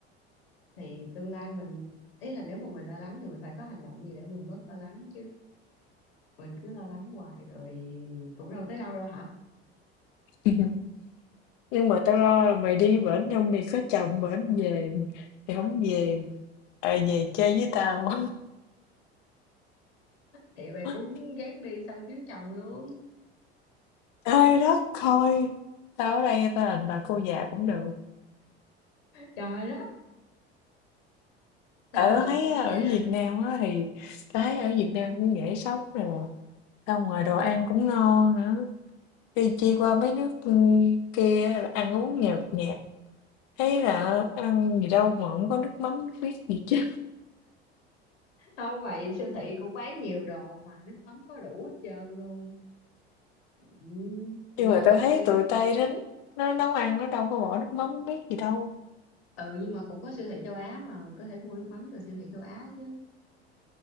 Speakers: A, on the left (about 65°); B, on the left (about 45°).
A: thì tương lai mình ý là nếu mà mình lo lắng thì mình phải có hành động gì để mình bớt lo lắng chứ mình cứ lo lắng hoài rồi cũng đâu tới đâu đâu hả
B: <laughs> Nhưng mà tao lo là mày đi bển xong mày có chồng bển về mày mày hổng về, à, về chơi với tao.
A: thì mày
B: <laughs>
A: cũng gán đi xong kiếm chồng luôn
B: Ai đất thôi Tao ở đây tao đành bà cô già cũng được
A: trời đất sao
B: Tại
A: thành
B: tao
A: bà
B: thấy
A: cô
B: á,
A: già
B: ở Việt Nam á thì Tao thấy ở Việt Nam cũng dễ sống nè Xong ngoài đồ ăn cũng ngon nữa Đi chi qua mấy nước ừ, kia rồi Ăn uống nhợt nhạt Thấy là ăn gì đâu mà không có nước mắm nước miết gì chứ
A: không vậy siêu thị cũng bán nhiều đồ mà nước mắm có đủ hết trơn luôn Ừ,
B: Nhưng
A: mà
B: mà
A: qua
B: tao thấy
A: đây
B: tụi Tây đến Nó nấu ăn nó đâu có bỏ nước mắm nước miết gì đâu
A: ừ nhưng mà cũng có siêu thị châu Á mà mình có thể mua nước mắm từ siêu thị châu Á chứ